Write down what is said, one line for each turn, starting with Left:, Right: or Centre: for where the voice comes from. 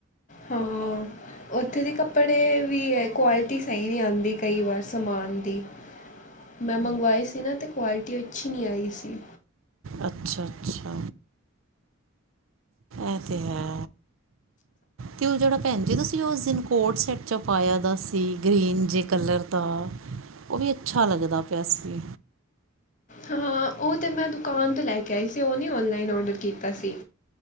Left: ਹਾਂ ਉੱਥੇ ਦੇ ਕੱਪੜੇ ਵੀ ਹੈ ਕੁਆਲਿਟੀ ਸਹੀ ਨੀ ਆਦੀ ਕਈ ਵਾਰ ਸਮਾਨ ਦੀ। ਮੈਂ ਮੰਗਵਾਏ ਸੀ ਨਾ ਤੇ ਕੁਆਲਿਟੀ ਅੱਛੀ ਨੀ ਆਈ ਸੀ।
Right: ਅੱਛਾ-ਅੱਛਾ ਐ ਤੇ ਹੈ। ਤੇ ਉਹ ਜਿਹੜਾ ਭੈਣ ਜੀ ਤੁਸੀਂ ਉਸ ਦਿਨ ਕੋਟ ਸੈਟ ਜਾ ਪਾਇਆ ਦਾ ਸੀ ਗ੍ਰੀਨ ਜੇ ਕਲਰ ਦਾ ਉਹ ਵੀ ਅੱਛਾ ਲੱਗਦਾ ਪਿਆ ਸੀ।
Left: ਹਾਂ ਉਹ ਤੇ ਮੈਂ ਦੁਕਾਨ ਤੋਂ ਲੈ ਕੇ ਆਈ ਸੀ ਉਹ ਨੀ ਓਨਲਾਈਨ ਔਡਰ ਕੀਤਾ ਸੀ।